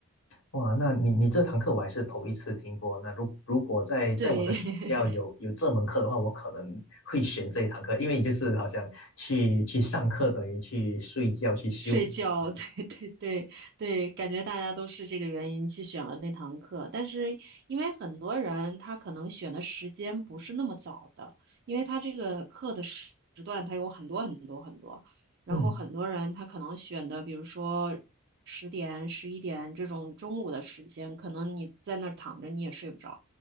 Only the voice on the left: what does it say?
哇，那你你这堂课我还是头一次听过。那如如果在在我的学校有有这门课的话，
我可能会选这一堂课，因为就是好像去去上课等于去睡觉去休息。
这样子。
嗯，